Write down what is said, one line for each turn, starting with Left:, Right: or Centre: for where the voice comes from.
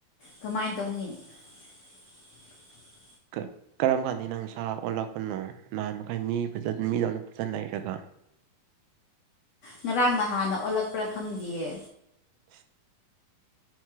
Left: ꯀꯃꯥꯏꯅ ꯇꯧꯅꯤ <unintelligible>
Right: ꯀ ꯀꯔꯝ ꯀꯥꯟꯗ ꯅꯪꯁ ꯑꯣꯜꯂꯛꯄꯅꯣ ꯅꯍꯥꯟ ꯃꯈꯩ ꯃꯤ ꯐꯖ ꯃꯤꯗꯧꯅ ꯐꯖꯅ ꯂꯩꯔꯒ
Left: ꯉꯔꯥꯡ ꯅꯍꯥꯟꯅ ꯑꯣꯜꯂꯛꯄ꯭ꯔꯥ ꯈꯪꯗꯤꯌꯦ
Right: <unintelligible>